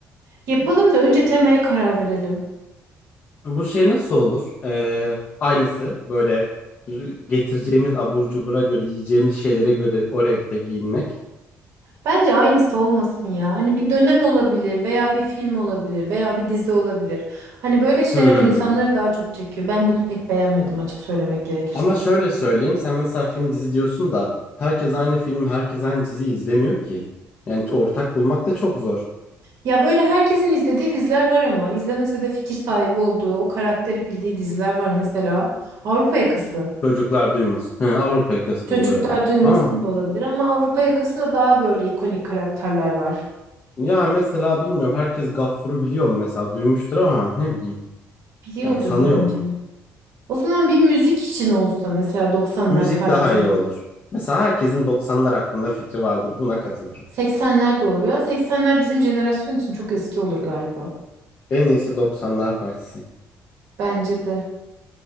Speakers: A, on the right; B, on the left.
A: Yapalım da önce temaya karar verelim.
B: bu şey nasıl olur Ee, aynısı böyle r- getireceğimiz abur cubura göre yiyeceğimiz şeylere göre o renkte giyinmek
A: Bence aynısı olmasın ya. Hani bir dönem olabilir veya bir film olabilir veya bir dizi olabilir. Hani böyle şeyler
B: hmm.
A: insanları daha çok çekiyor. Ben bunu pek beğenmedim açık söylemek gerekirse.
B: Ama şöyle söyleyeyim sen mesela film dizi diyorsun da herkes aynı film herkes aynı diziyi izlemiyor ki yani ortak bulmak da çok zor
A: Ya böyle herkesin izlediği diziler var ama izlemese de fikir sahibi olduğu, o karakteri bildiği diziler var. Mesela Avrupa Yakası.
B: çocuklar duymaz Hı, Avrupa yakası
A: Çocuklar
B: da olarak
A: duymasın
B: ama
A: da olabilir ama Avrupa yakasında daha böyle ikonik karakterler var.
B: Ya mesela bilmiyorum herkes Gaffur'u biliyor mu mesela duymuştur ama ne bileyim
A: Biliyordur
B: belki sanıyor
A: bence.
B: mu?
A: O zaman bir müzik için olsa mesela 90'lar
B: Müzik
A: parti.
B: daha iyi olur. Mesela herkesin 90'lar hakkında fikri vardır buna katılırım.
A: 80'ler de olabilir ama 80'ler bizim jenerasyon için çok eski olur galiba.
B: En iyisi 90'lar partisi.
A: Bence de.